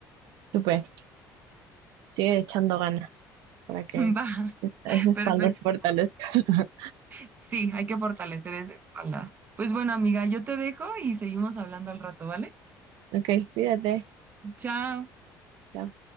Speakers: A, on the right; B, on the right.
A: Súper, sigue echando ganas para
B: <laughs>
A: que
B: Va,
A: esa espalda
B: perfecto.
A: se fortalezca. <laughs>
B: Sí, hay que fortalecer esa espalda. Pues bueno, amiga, yo te dejo y seguimos hablando al rato, ¿vale?
A: Ok, cuídate.
B: Chao.
A: Chao.